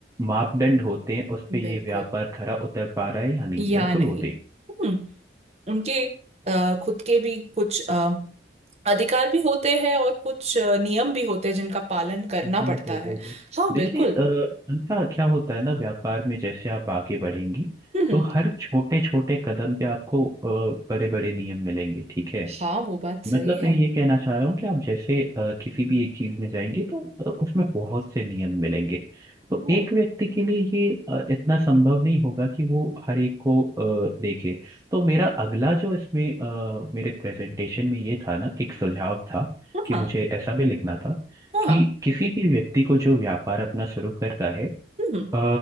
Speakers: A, on the right; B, on the right.
A: मापदंड होते हैं उस पे
B: बिल्कुल
A: ये व्यापार खरा उतर पा रहा है या नहीं
B: या
A: बिल्कुल
B: नहीं
A: वो देख
B: हम्म उनके अ, खुद के भी कुछ अ, अधिकार भी होते हैं और कुछ अ, नियम भी होते हैं जिनका पालन करना
A: बिल्कुल
B: पड़ता है
A: बिल्कुल
B: हाँ
A: देखिए
B: बिल्कुल
A: अ, अनका क्या होता है ना व्यापार में जैसे आप आगे बढ़ेंगी
B: हम्म
A: तो हर छोटे छोटे कदम पे आपको बड़े बड़े नियम मिलेंगे ठीक है
B: हाँ वो बात सही
A: मतलब
B: है
A: मैं ये कहना चाह रहा हूँ कि आप जैसे अ, किसी भी एक चीज में जाएंगे तो अ, उसमें बहुत से नियम मिलेंगे तो
B: ओ,
A: एक व्यक्ति के लिए ये अ, इतना संभव नहीं होगा कि वो हर एक को अ, देखे तो मेरा अगला जो इसमें अ, मेरे प्रेजेंटेशन में ये था ना एक सुझाव था
B: हाँ
A: कि
B: हाँ
A: मुझे ऐसा भी लिखना था
B: हाँ,
A: कि किसी भी व्यक्ति को जो व्यापार अपना शुरू करता है
B: हम्म
A: अ,